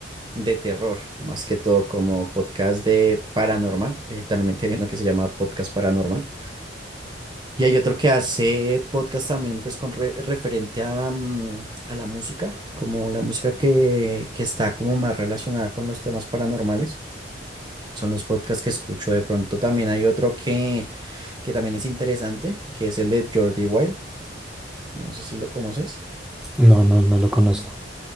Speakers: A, on the right; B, in the centre.
A: de terror, más que todo como podcast de paranormal. Literalmente <laughs> hay uno que se llama podcast paranormal. Y hay otro que hace podcast también, pues con re- referente a, mm, a la música, como la música que, que está como más relacionada con los temas paranormales. Son los podcasts que escucho de pronto. También hay otro que, que también es interesante, que es el de Jordi Wild. No sé si lo conoces.
B: No, no, no lo conozco.